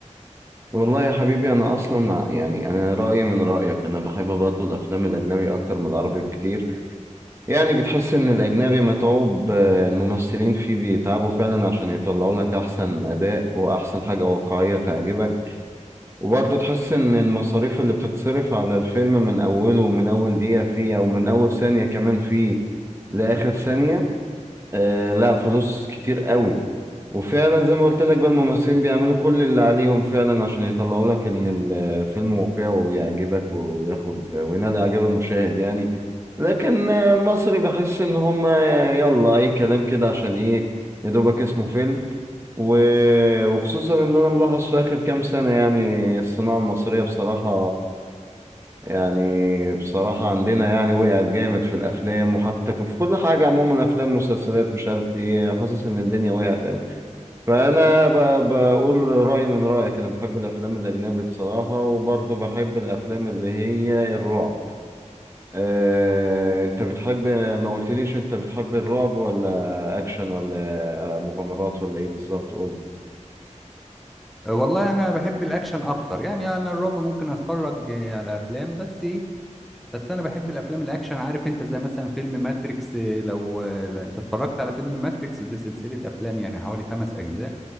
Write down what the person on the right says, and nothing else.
والله يا حبيبي انا اصلا يعني انا رايي من رايك انا بحب برضو الافلام الاجنبي اكتر من العربي بكتير يعني بتحس ان الاجنبي متعوب آه، الممثلين فيه بيتعبوا فعلا عشان يطلعوا لك احسن اداء واحسن حاجه واقعيه تعجبك وبرضو تحس ان المصاريف اللي بتتصرف على الفيلم من اوله ومن اول دقيقه فيه او من اول ثانيه كمان فيه لاخر ثانيه آه لا فلوس كتير قوي وفعلا زي ما قلت لك بقى الممثلين بيعملوا كل اللي عليهم فعلا عشان يطلعوا لك ان الفيلم واقعي ويعجبك وياخد وينال اعجاب المشاهد يعني لكن آه، المصري بحس ان هم يلا اي كلام كده عشان ايه يا دوبك اسمه فيلم و... وخصوصا ان انا ملاحظ في اخر كام سنة يعني الصناعة المصرية بصراحة يعني بصراحة عندنا يعني وقعت جامد في الافلام وحتى في كل حاجة عموما افلام مسلسلات مش عارف ايه حاسس ان الدنيا وقعت قوي فانا ب- بقول رايي من رايك انا بحب الافلام الاجنبي بصراحه وبرضه بحب الافلام اللي هي الرعب أه انت بتحب ما قلتليش انت بتحب الرعب ولا اكشن ولا مغامرات ولا ايه بالظبط قول